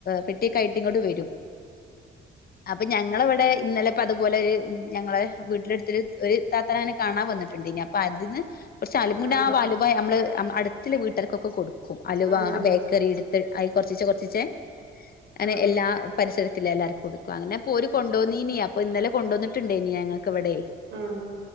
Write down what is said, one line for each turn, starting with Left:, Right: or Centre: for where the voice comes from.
Left: പെട്ട്യൊക്കായിട്ട് ഇങ്ങട്ട് വരും അപ്പ ഞങ്ങള് വടെ ഇന്നലെ പ്പ അതുപോലെ ഞങ്ങളെ വീട്ടിലടുത്തൊരു ഒരു താത്താനെ കാണാൻ വന്നിട്ടുണ്ടേനി അപ്പൊ അതിന്ന് കുറച്ച് അൽമുനാവലുവ
Right: ആഹ്
Left: നമ്മള് അടുത്തുള്ള വീട്ടർക്കൊക്കെ കൊടുക്കും അലുവ
Right: ആഹ് ആഹ്
Left: ബേക്കറിടുത്ത് ആയി കൊർച്ചിച്ചേ കൊർച്ചിച്ചേ അങ്ങനെ
Right: ആഹ് ആഹ് ആഹ്
Left: എല്ലാ പരിസരത്തില്ലെല്ലാർക്കും കൊടുക്കും പ്പങ്ങനെക്കോല് കൊണ്ടോന്നീനീ അപ്പ ഇന്നല കൊണ്ടുവന്നിട്ടുണ്ടേനി ഞങ്ങക്ക് വടെയ്
Right: ആ ഹം